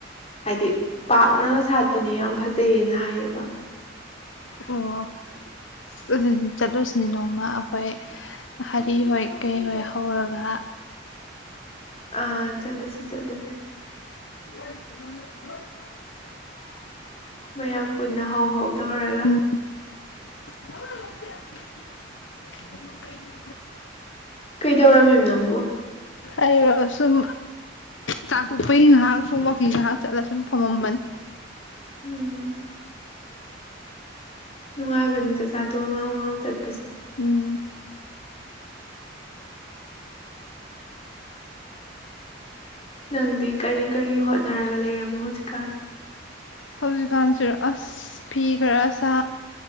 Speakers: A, on the left (about 30°); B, on the left (about 80°).
A: ꯍꯥꯏꯗꯤ ꯄꯥꯛꯅ ꯁꯥꯠꯄꯅꯦ ꯌꯥꯝ ꯐꯖꯩꯌꯦꯅ ꯍꯥꯏꯌꯦꯕ
B: ꯑꯣ ꯑꯁ ꯑꯗꯨꯗꯤ ꯆꯠꯂꯨꯁꯤꯅꯦ ꯅꯣꯡꯃ ꯑꯩꯈꯣꯏ ꯍꯔꯤ ꯍꯣꯏ ꯀꯩ ꯍꯣꯏ ꯍꯧꯔꯒ
A: ꯑ ꯆꯠꯂꯨꯁꯤ ꯆꯠꯂꯨꯁꯨ
B: <unintelligible>
A: ꯃꯌꯥꯝ ꯄꯨꯟꯅ ꯍꯧ ꯍꯧ ꯇꯧꯔꯒ
B: ꯎꯝ <inaudible>
A: ꯀꯩꯗꯧꯔꯝꯃꯤꯕ ꯅꯪꯕꯨ
B: ꯑꯩꯔꫭ ꯑꯁꯨꯝ ꯆꯥꯛꯊꯣꯛꯄꯩ ꯉꯥꯏꯍꯥꯛ ꯁꯨꯝ ꯋꯥꯀꯤꯡ ꯉꯥꯏꯍꯥꯛ ꯆꯠꯂ ꯁꯨꯝ ꯐꯝꯃꯝꯕꯅꯤ
A: ꯎꯝ ꯅꯨꯡꯉꯥꯏꯕꯅꯤ ꯆꯠꯆꯥ ꯇꫭꯛꯑ ꯉꯥꯍꯧꯉꯥꯍꯧ ꯆꯠ
B: ꯎꯝ
A: ꯅꯪꯗꯤ ꯀꯔꯤ ꯀꯔꯤ ꯍꯣꯠ ꯅꯔꯒ ꯂꯩꯔꯝꯃꯣ ꯍꯧꯖꯤꯀꯥ
B: ꯍꯧꯖꯤꯛꯀꯥꯟꯁꯤ ꯑꯁ ꯐꯤ ꯈꯔ ꯁꯥ